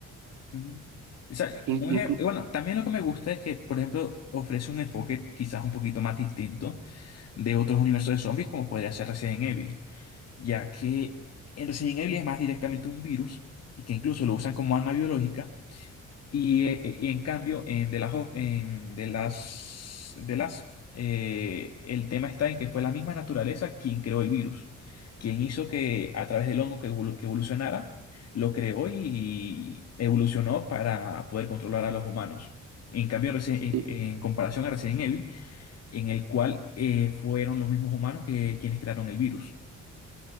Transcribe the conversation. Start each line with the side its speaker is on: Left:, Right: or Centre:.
Left: Ujú. O sea,
Right: In-
Left: un
Right: inclu-
Left: ejem- bueno, también lo que me gusta es que, por ejemplo, ofrece un enfoque quizás un poquito más distinto de otros universos de zombies, como podría ser Resident Evil, ya que en Resident Evil es más directamente un virus y que incluso lo usan como arma biológica Y, eh, eh, y en cambio, en The Last of- en The Last- The Last, eh, el tema está en que fue la misma naturaleza quien creó el virus, quien hizo que a través del hongo que, evolu- que evolucionara, lo creó y evolucionó para poder controlar a los humanos. En cambio, en, Resi-
Right: eh,
Left: en- en comparación a Resident Evil, en el cual eh, fueron los mismos humanos que quienes crearon el virus.